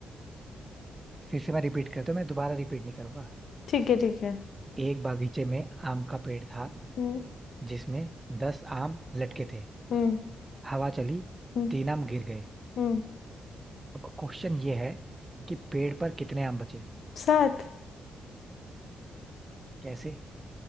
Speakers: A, on the right; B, on the left.
A: फिर से मैं रिपीट करता हूँ मैं दोबारा रिपीट नहीं करूंगा
B: ठीक है ठीक है
A: एक बागीचे में आम का पेड़ था
B: हम्म
A: जिसमें दस आम लटके थे
B: हम्म
A: हवा चली
B: हम्म
A: तीन आम गिर गए
B: हम्म
A: अब क्वेश्चन ये है कि पेड़ पर कितने आम बचे
B: सात
A: कैसे